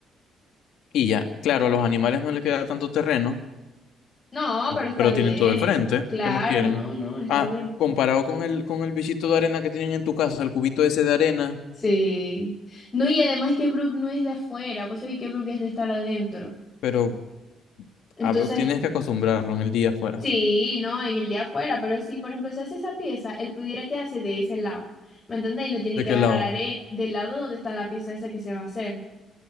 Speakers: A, on the left; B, on the left.
A: Y ya, claro, a los animales no les queda tanto terreno,
B: No,
A: pero
B: pero está
A: pero
B: bien,
A: tienen todo el frente.
B: claro,
A: ¿Qué más quieren?
B: no, no, está
A: Ah,
B: bien.
A: comparado con el, con el bichito de arena que tienen en tu casa, el cubito ese de arena,
B: Sí. No, y además que Brooke no es de afuera, vos sabés que Brooke es de estar adentro.
A: pero,
B: Entonces,
A: abro, tienes que acostumbrarlo en el día afuera.
B: Sí, no, en el día afuera, pero si, por ejemplo, se hace esa pieza, él pudiera quedarse de ese lado, ¿me entiendes? Y no tiene
A: ¿De
B: que
A: qué
B: agarrar
A: lado?
B: are- del lado donde está la pieza esa que se va a hacer,